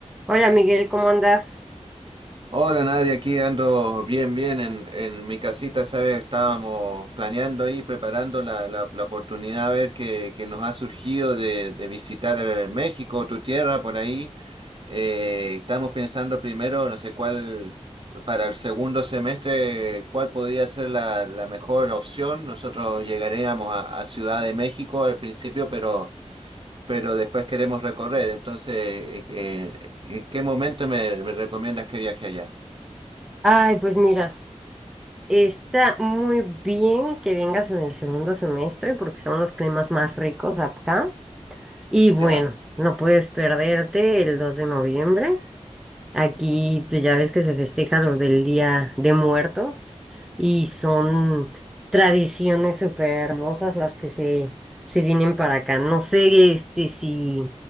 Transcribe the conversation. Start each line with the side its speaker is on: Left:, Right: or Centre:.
Centre: Hola Miguel, ¿cómo andas?
Right: Hola Nadia, aquí ando bien, bien en, en mi casita, ¿sabes? Estábamos planeando ahí, preparando la, la, la oportunidad a ver que, que nos ha surgido de, de visitar eh, México, tu tierra, por ahí. Eh, estamos pensando primero, no sé cuál, para el segundo semestre, cuál podría ser la, la mejor opción. Nosotros llegaríamos a, a Ciudad de México al principio, pero, pero después queremos recorrer. Entonces, eh, eh, ¿en qué momento me, me recomiendas que viaje allá?
Centre: Ay, pues mira, está muy bien que vengas en el segundo semestre porque son los climas más ricos acá. Y
Right: Ya,
Centre: bueno, no puedes perderte el 2 de noviembre. Aquí, pues ya ves que se festeja lo del Día de Muertos y son tradiciones súper hermosas las que se, se vienen para acá. No sé, este, si